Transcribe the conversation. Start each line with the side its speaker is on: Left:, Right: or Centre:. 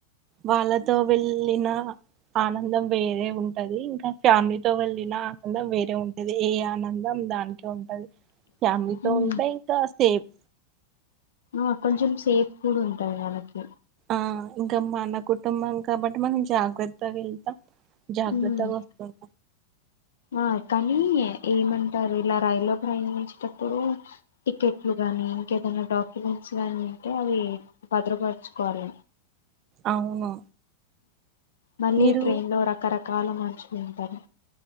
Right: వాళ్ళతో వెళ్ళిన ఆనందం వేరే ఉంటది ఇంకా ఫ్యామిలీతో వెళ్ళిన ఆనందం వేరే ఉంటు ఏ ఆనందం దానికే ఉంటది ఫ్యామిలీతో
Left: ఉమ్
Right: ఉంటే ఇంకా సేఫ్
Left: ఆ కొంచెం సేఫ్ కూడా ఉంటాంది మనకి
Right: ఆ ఇంకా మన కుటుంబం కాబట్టి మనం జాగ్రత్తగా వెళ్తాం జాగ్రత్తగా
Left: ఉమ్
Right: వస్తు
Left: ఆ కానీ ఏమంటారు ఇలా రైల్లో ప్రయాణించేటప్పుడు టికెట్లు గానీ ఇంకేదైనా డాక్యుమెంట్స్ గాని ఉంటే అవి భద్రపరచుకోవాలి
Right: అవును
Left: మళ్ళీ
Right: మీరు
Left: ఇ ట్రైన్ లో రక రక్క కాల మనుషులు ఉంటారు